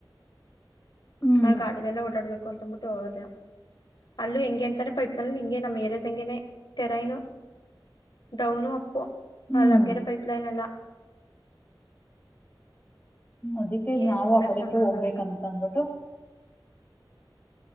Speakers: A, on the left; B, on the left.
A: ಹ್ಮ್
B: ಅವ್ ಗಾಡಿ ಎಲ್ಲಾ ಓಡಾಡ್ಬೇಕು ಅಂತ ಅನ್ನಬಿಟ್ಟು ಲೆ ಅಲ್ಲೂ ಹೆಂಗೆ ಅಂತಾನೆ ಪೈಪ್ ಲೈನ್ ಹೆಂಗೆ ನಮ್ಮ ಏರಿಯಾದಗೆನೆ ಟೆರೈನು ಡೌನು ಅಪ್ಪು
A: ಹ್ಮ್
B: ಅ ಲಗ್ಗೆರೆ ಪೈಪ್ ಲೈನ್ ಎಲ್ಲಾ
A: ಅದಿಕ್ಕೆ ಈಗ್
B: ಏನೆಲ್ಲ
A: ನಾವು ಆ ಕಡೆಕ್ಕೆ
B: ಚೆನ್ನಾಗವೆ
A: ಹೋಗ್ಬೇಕಂತ ಅನಬಿಟ್ಟು